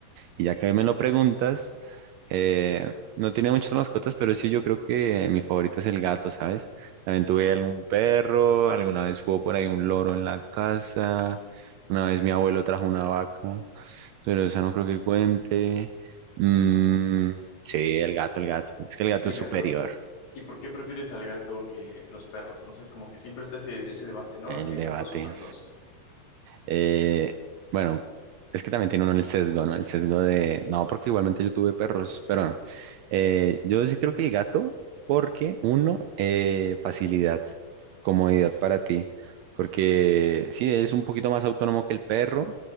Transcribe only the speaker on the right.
y ya que me lo preguntas, eh, no tiene muchas mascotas, pero sí yo creo que mi favorito es el gato, ¿sabes? También tuve algún perro, alguna vez hubo por ahí un loro en la casa, una vez mi abuelo trajo una vaca, pero esa no creo que cuente. Mm, sí, el gato, el gato. Es que el gato
es
superior,
el
debate.
Eh, bueno, es que también tiene uno el sesgo, ¿no? El sesgo de, no, porque igualmente yo tuve perros, pero no. Eh, yo sí creo que el gato, porque uno, eh, facilidad, comodidad para ti, porque sí, es un poquito más autónomo que el perro,